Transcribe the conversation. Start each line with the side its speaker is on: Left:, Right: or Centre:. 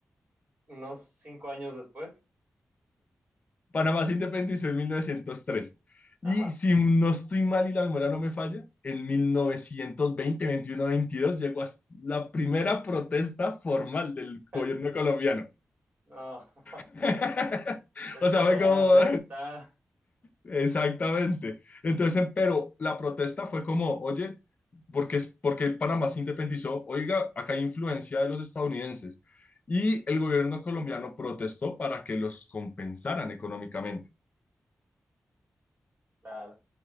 Right: unos cinco años después.
Left: Panamá se independizó en 1903. Y
Right: Ajá.
Left: si no estoy mal y la memoria no me falla, en 1920, 21, 22 llegó hasta la primera protesta formal del gobierno
Right: <laughs>
Left: colombiano.
Right: No, <laughs>
Left: <laughs>
Right: se
Left: O
Right: tardaron,
Left: sea, fue como
Right: ¿eh? Está,
Left: Exactamente. Entonces, em, pero la protesta fue como, oye, ¿por qué, es- por qué Panamá se independizó? Oiga, acá hay influencia de los estadounidenses. Y el gobierno colombiano protestó para que los compensaran económicamente.
Right: claro,